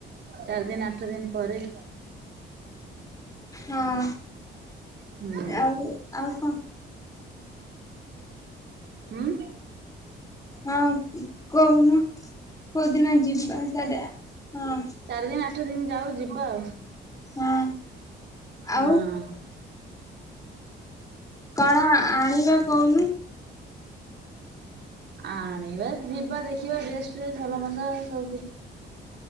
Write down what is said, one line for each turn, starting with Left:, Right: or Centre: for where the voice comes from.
Right: ଚାରି ଦିନ ଆଠ ଦିନ ପରେ।
Left: ହଁ
Right: ହୁଁ
Left: ଆଉ ଆଉ କଣ?
Right: ହୁଁ।
Left: ହଁ କହୁନ କୋଉଦିନ ଯିବା ସେ ହଁ
Right: ଚାରି ଦିନ ଆଠ ଦିନ ଯାଉ ଯିବା ଆଉ
Left: ହଁ ଆଉ
Right: ହଁ।
Left: କଣ ଆଣିବା କହୁନୁ?
Right: ଆଣିବା ଯିବା ଦେଖିବା ଡ୍ରେସ୍ ଟେସ୍ ଭଲ ମନ୍ଦ ସବୁ କିଛି